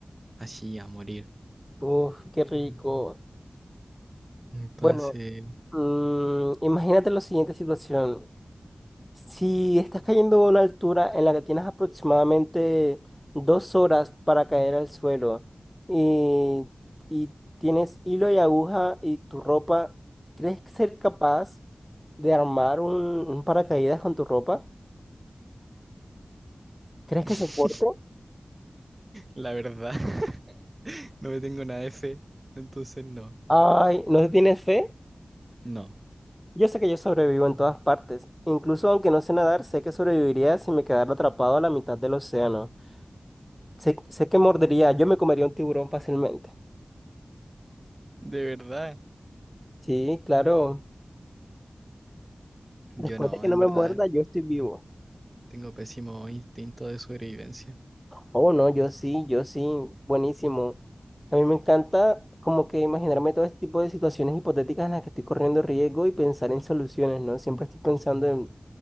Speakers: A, on the right (about 30°); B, in the centre.
A: así a morir.
B: Uf, qué rico.
A: Entonces,
B: Bueno, Mm, imagínate la siguiente situación. Si estás cayendo a una altura en la que tienes aproximadamente dos horas para caer al suelo y, y tienes hilo y aguja y tu ropa, ¿crees que ser capaz de armar un, un paracaídas con tu ropa? ¿Crees
A: <laughs>
B: que soporte?
A: la verdad, <laughs> no me tengo nada de fe, entonces no,
B: Ay, ¿no le tienes fe?
A: no,
B: Yo sé que yo sobrevivo en todas partes. Incluso aunque no sé nadar, sé que sobreviviría si me quedara atrapado a la mitad del océano. Sé, sé que mordería, yo me comería un tiburón fácilmente.
A: de verdad,
B: Sí, claro.
A: yo
B: Después
A: no,
B: de que
A: en
B: no me
A: verdad,
B: muerda, yo estoy vivo.
A: tengo pésimo instinto de sobrevivencia.
B: Oh, no,
A: Entonces,
B: yo sí, yo sí, buenísimo. A mí me encanta como que imaginarme todo este tipo de situaciones hipotéticas en las que estoy corriendo riesgo y pensar en soluciones, ¿no? Siempre estoy pensando en,